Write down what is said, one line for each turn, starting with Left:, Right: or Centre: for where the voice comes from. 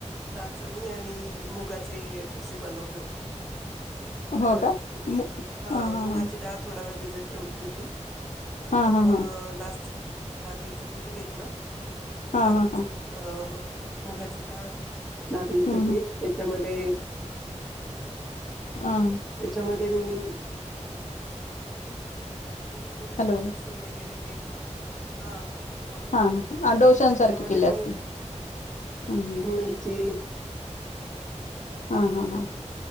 Centre: नाचणी आणि मुगाचे ढोसे बनवले होते. तर
Left: हो का? मु
Centre: हा मुगाची
Left: हा
Centre: डाळ थोडा वेळ भिजत ठेवली होती. नंतर
Left: हा हा
Centre: मग
Left: हा
Centre: नाच नागली. च पीठ घेतलं. ते
Left: हा
Centre: नागलीच
Left: हा हा
Centre: पीठ अ. अ मुगाची दाळ. नागलीचं
Left: हम्म
Centre: पीठ
Left: हम्म
Centre: त्याच्यामध्ये- ते..
Left: हा
Centre: त्याच्यामध्ये मी. त्याच्यामध्ये मिरची
Left: हॅलो
Centre: लसूण वगैरे. ते.... हा.. बोला
Left: हा ह डोशांसारखे
Centre: त्याच्यामध्ये
Left: केले
Centre: मी
Left: असतील. हम्म हम्
Centre: मिरची
Left: हा.. हा.. हा..